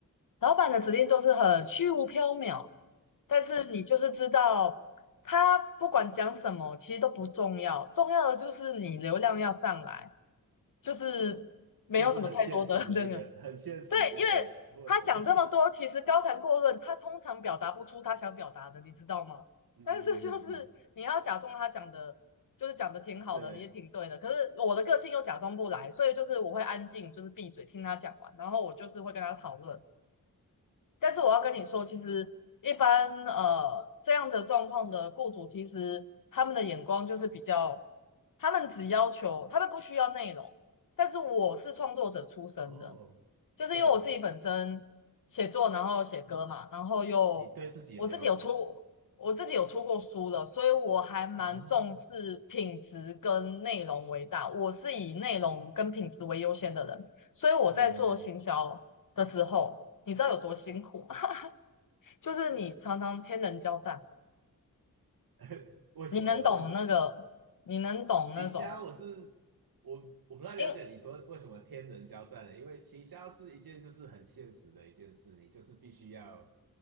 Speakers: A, on the left; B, on the right.
A: 老板的指令都是很虚无缥缈，但是你就是知道他不管讲什么，其实都不重要，重要的就是你流量要上来，就是没有什么太多的
B: 就是很现实的一个很现实的一个问题。
A: <laughs> 那个。对，因为他讲这么多，
B: <laughs>
A: 其实高谈阔论，他通常表达不出他想表达的，你知道吗？<laughs>
B: 嗯嗯嗯嗯，
A: 但是就是你要假装他讲的，就是讲的挺好的，
B: 对，
A: 也挺对的。可是我的个性又假装不来，所以就是我会安静，就是闭嘴听他讲完，然后我就是会跟他讨论。但是我要跟你说，其实一般呃这样子的状况的雇主，其实他们的眼光就是比较，他们只要求，他们不需要内容。但是我是创作者出身的，
B: 哦，
A: 就是因为我自己本身写作，
B: 对啊，
A: 然后写歌嘛，然后又我自己有出，
B: 你对自己有要求，
A: 我自己有出过书的，所以我还蛮重视品质跟内容为大。
B: 啊，嗯
A: 我是以内容跟品质为优先的人，所以我在做行销的时候，
B: 嗯嗯，
A: 你知道有多辛苦吗？就是你常常天人交战，
B: <laughs> 为什么呢？
A: 你能懂那个，
B: 为什
A: 你能懂那种
B: 奇虾，我是我我不太了解你说为什么天人交战呢？
A: 因
B: 因为奇虾是一件就是很现实的一件事，你就是必须要